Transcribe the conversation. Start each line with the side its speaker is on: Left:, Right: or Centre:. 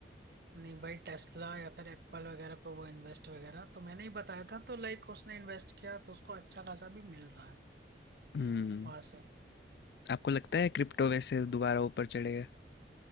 Right: नहीं भाई टेस्ला या फिर एप्पल वगैरह पे वो इन्वेस्ट वगैरह तो मैंने ही बताया था तो लाइक उसने इन्वेस्ट किया तो उसको अच्छा खासा भी मिल रहा है
Left: हुँ।
Right: वहां से
Left: आपको लगता है क्रिप्टो वैसे दोबारा ऊपर चढ़ेगा